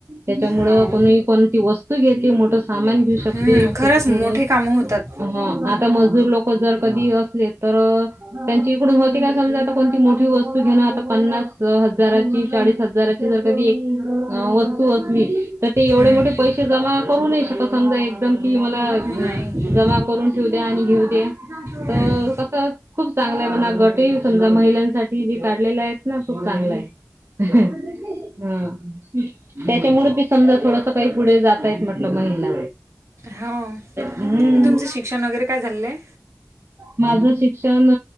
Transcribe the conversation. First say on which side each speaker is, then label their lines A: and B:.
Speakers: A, on the right; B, on the right.
A: त्याच्यामुळ
B: हाव
A: कोणी कोणती वस्तू घेते मोठ सामान घेऊ शकते
B: हम्म, खरंच
A: त्याच्यामुळ.
B: मोठे कामं होतात
A: हम्म आ आता मजदूर लोक जर कधी असले तर अ त्यांची इकडून होते काय समजा आता कोणती मोठी वस्तू घेणं आता पन्नास स हजाराची चाळीस हजाराची जर का ती एक वस्तू असलीं तर ते एवढे
B: हम्म,
A: मोठे
B: हम्म.
A: पैशे जमा करू नाई शकत समजा एकदम कि मला अ
B: नाही
A: जमा करून ठेवू द्या आणि घेऊ दया.
B: हम्म.
A: त अ
B: तर
A: कस खूप चांगला आहे, म्हणा गटही समजा महिलांसाठी जे काढलेले आहेत ना. खूप चांगलं आहे हां. त्याच्यामुळे बी समजा थोडस काही पुढे जातायेत म्हटलं महिला.
B: हो आणि
A: हम्म.
B: तुमचं शिक्षण वगैरे काय झालेलं आहे
A: माझं शिक्षण